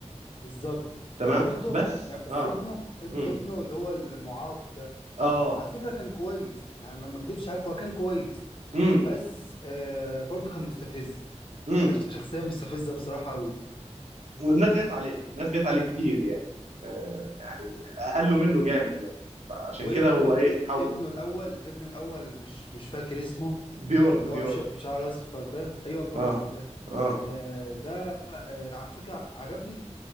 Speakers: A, on the left; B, on the right.
A: بالظبط
B: تمام
A: وبرضه
B: بس
A: يعني بس
B: اه
A: ابنه اب-
B: امم
A: ابنه اللي هو المعاق ده
B: اه
A: على فكرة كان كويس يعني ما ما اكدبش عليك هو كان كويس
B: امم
A: بس آه برضو كان مستفز
B: امم
A: يعني ش- شخصية مستفزة بصراحة قوي
B: والناس جت عليه ناس جت عليه كتير يعني آه، يعني اقلوا منه جامد يعني عشان
A: وابن
B: كده هو
A: اب
B: ايه
A: اب
B: اتحول
A: ابنه الأول ابنه الأول مش مش فاكر اسمه
B: بيورن
A: اللي هو
B: بيورن
A: بش- بشعر أصفر ده أيوه بيورن
B: اه
A: ده
B: اه
A: آه ده آه على فكرة عجبني